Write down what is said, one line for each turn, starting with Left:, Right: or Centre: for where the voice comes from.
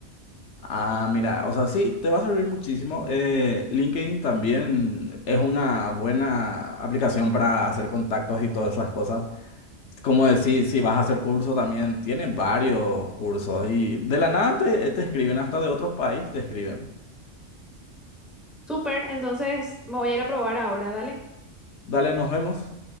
Left: Ah, mira, o sea, sí, te va a servir muchísimo. Eh, LinkedIn también es una buena aplicación para hacer contactos y todas esas cosas. Como decir, si vas a hacer curso también, tiene varios cursos y de la nada te, te escriben, hasta de otro país te escriben.
Centre: Súper, entonces me voy a ir a probar ahora, dale.
Left: Dale, nos vemos.